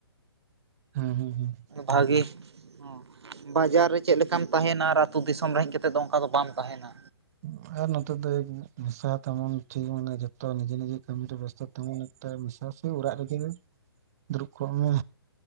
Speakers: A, on the right; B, on the right.
A: ᱦᱮᱸ ᱦᱮᱸ ᱦᱮᱸ᱾
B: ᱵᱷᱟᱜᱮ᱾ ᱦᱩᱸ, ᱵᱟᱡᱟᱨ ᱨᱮ ᱪᱮᱜᱞᱮᱠᱟᱢ ᱛᱟᱦᱮᱱᱟ ᱟᱨ ᱟᱹᱛᱩ ᱫᱤᱥᱚᱢ ᱨᱮ ᱦᱮᱡ ᱠᱟᱛᱮᱫ ᱫᱚ ᱚᱱᱠᱟ ᱫᱚ ᱵᱟᱢ ᱛᱟᱦᱮᱱᱟ᱾
A: ᱦᱩᱸ, ᱟᱨ ᱱᱚᱛᱮ ᱫᱚ ᱩᱸ ᱢᱮᱥᱟ ᱛᱮᱢᱚᱱ ᱴᱷᱤᱠ ᱢᱟᱱᱮ ᱡᱷᱚᱛᱚ ᱱᱤᱡᱮ ᱱᱤᱡᱮ ᱠᱟᱹᱢᱤ ᱨᱮ ᱵᱮᱥᱛᱚ ᱛᱮ ᱛᱟᱸᱦᱮᱱ ᱛᱚ ᱢᱟ, ᱥᱚᱵᱥᱚᱢᱚᱭ ᱚᱲᱟᱜ ᱨᱮᱜᱮᱞᱤᱧ ᱫᱩᱲᱩᱵ ᱠᱚᱜ ᱢᱟ᱾